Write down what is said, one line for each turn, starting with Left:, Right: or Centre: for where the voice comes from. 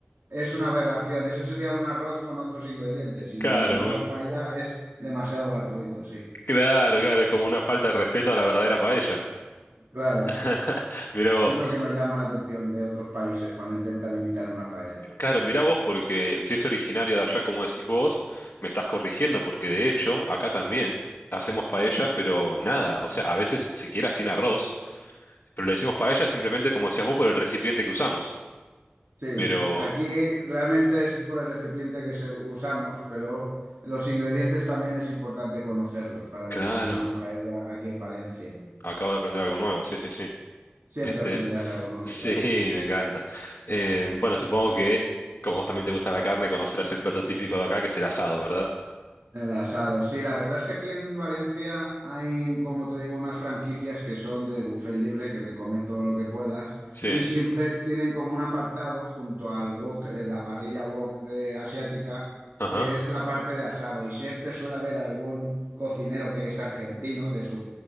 Right: es una aberración, eso sería un arroz con otros ingredientes y
Left: Claro,
Right: llamarlo
Left: un-
Right: paella es demasiado gratuito, sí.
Left: claro, claro. Es como una falta de respeto a la verdadera paella.
Right: Claro,
Left: <laughs> Mira vos.
Right: es lo que nos llama la atención de otros países cuando intentan imitar una paella.
Left: Claro, mirá vos, porque si es originario de allá, como decís vos, me estás corrigiendo, porque de hecho, acá también hacemos paella, pero nada, o sea, a veces siquiera sin arroz, pero le decimos paella simplemente, como decías vos, por el recipiente que usamos.
Right: Sí,
Left: Pero,
Right: aquí realmente es por el recipiente que se usamos, pero los ingredientes también es importante conocerlos para distinguir
Left: claro,
Right: una paella aquí en Valencia.
Left: acabo de aprender algo nuevo, sí, sí, sí.
Right: Siempre
Left: Este,
Right: aprenderás algo
Left: <laughs>
Right: nuevo,
Left: sí,
Right: claro.
Left: me encanta. Eh, bueno, supongo que, como vos también te gusta la carne, conocerás el plato típico de acá, que es el asado, ¿verdad?
Right: El asado, sí, la verdad es que aquí en Valencia hay, como te digo, unas franquicias que son de buffet libre, que de comer todo lo que puedas,
Left: Sí,
Right: y siempre tienen como un apartado junto al wok, eh, la parrilla wok de asiática,
Left: ajá,
Right: que es la parte de asado, y siempre suele haber algún cocinero que es argentino, de su,